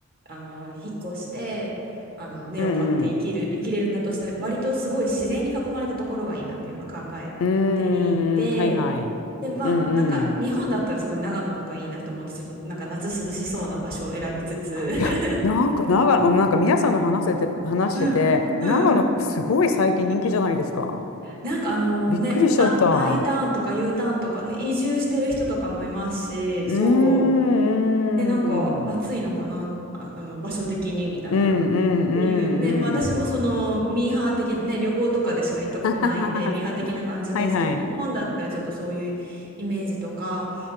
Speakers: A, on the right (about 45°); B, on the left (about 70°).
A: うあの引っ越してあの根を張って生きる生きれるんだとしたら割とすごい自然に囲まれたところがいいなっていうのは考えていて
B: うんうん。うーん、はいはい。
A: でまあなんか日本だったらすごい長野とかいいなと思うんですちょっとなんか夏涼しそうな場所を選びつつ
B: うんうん。
A: <laughs>
B: いや、なんか長野、なんか皆さんの話せて、話してて、
A: うんうん
B: 長野すごい最近人気じゃないですか。
A: なんかあのねあ
B: びっくりしちゃった。う
A: I ターンとか U ターンとか、ね、移住してる人とかもいますしそう
B: ーん。
A: でなんか暑いのかな、
B: うーん
A: あ、あの場所的にみたいな。
B: うんうんうんうん。
A: っていうね、まあ、私もそのミーハー的な、ね、旅行とかでしか行ったことないんで、
B: <laughs>
A: ミーハー的な感じですけど、
B: はいはい。
A: 日本だったらちょっとそういうイメージとか、